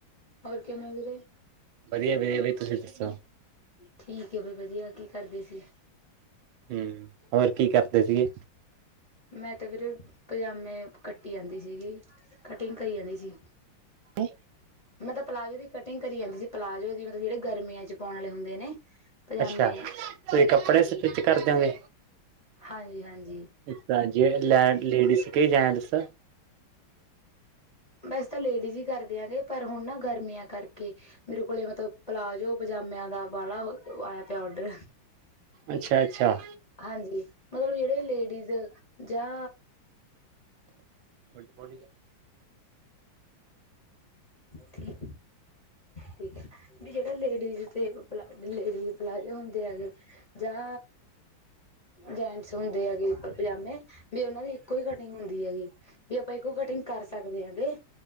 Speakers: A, on the left; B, on the right.
A: ਹੋਰ ਕਿਵੇਂ ਓ ਵੀਰੇ?
B: ਵਧੀਆ-ਵਧੀਆ ਬਈ ਤੁਸੀਂ ਦੱਸੋ?
A: ਠੀਕ ਐ ਬਈ ਵਧੀਆ ਕੀ ਕਰਦੇ ਸੀ?
B: ਹੂੰ ਹੋਰ ਕੀ ਕਰਦੇ ਸੀਗੇ?
A: ਮੈਂ ਤੇ ਵੀਰੇ ਪਜ਼ਾਮੇ ਕੱਟੀ ਜਾਂਦੀ ਸੀਗੀ, ਕਟਿੰਗ ਕਰੀ ਜਾਂਦੀ ਸੀ।
B: ਤੇ
A: ਮਤਲਬ ਪਲਾਜ਼ੋ ਦੀ ਕਟਿੰਗ ਕਰੀ ਜਾਂਦੀ ਸੀ ਪਲਾਜ਼ੋ ਦੀ ਮਤਲਬ ਜਿਹੜੇ ਗਰਮੀਆਂ ਚ ਪਾਉਣ ਵਾਲੇ ਹੁੰਦੇ ਨੇ। ਪਜਾਮੇ,
B: ਅੱਛਾ ਤੁਸੀਂ ਕੱਪੜੇ ਸਟਿਚ ਕਰ ਦਓਗੇ।
A: ਹਾਂਜੀ ਹਾਂਜੀ।
B: ਅੱਛਾ ਜੇ ਲੈਟ ਲੇਡੀਜ਼ ਕੇ ਜੇੈਂਟਸ।
A: ਵੈਸੇ ਤਾਂ ਲੇਡੀਜ਼ ਹੀ ਕਰਦੇਆਂਗੇ ਪਰ ਹੁਣ ਨਾ ਗਰਮੀਆਂ ਕਰਕੇ ਮੇਰੇ ਕੋਲ ਮਤਲਬ ਪਲਾਜੋ ਪਜਾਮਿਆਂ ਦਾ ਬਾਲਾ ਆਇਆ ਪਿਆ ਔਡਰ।
B: ਅੱਛਾ ਅੱਛਾ।
A: ਹਾਂਜੀ ਮਤਲਬ ਜਿਹੜੇ ਲੇਡੀਜ਼ ਜਾਂ
B: ਟ ਫੋਰਟੀ <unintelligible>
A: ਠੀਕ ਠੀਕ ਹੈ ਵੀ ਜਿਹੜਾ ਲੇਡੀਜ਼ ਤੇ ਲਾ ਲੇਡੀਜ਼ ਪਲਾਜ਼ੋ ਹੁੰਦੇ ਆ ਗੇ ਜਾਂ ਜੈਂਟਸ ਹੁੰਦੇ ਐ ਗੇ ਉੱਪਰ ਪਜਾਮੇ ਵੀ ਉਹਨਾਂ ਦੀ ਇੱਕੋ ਹੀ ਕਟਿੰਗ ਹੁੰਦੀ ਏਗੀ। ਵੀ ਆਪਾਂ ਇੱਕੋ ਕਟਿੰਗ ਕਰ ਸਕਦੇ ਆ ਗੇ